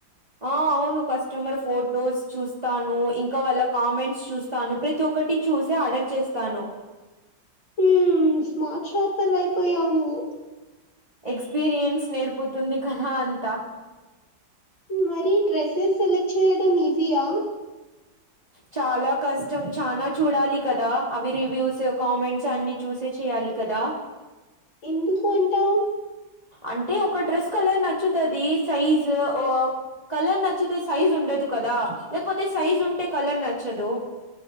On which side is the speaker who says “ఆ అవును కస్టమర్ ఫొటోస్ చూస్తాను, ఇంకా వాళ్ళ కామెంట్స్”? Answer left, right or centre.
Right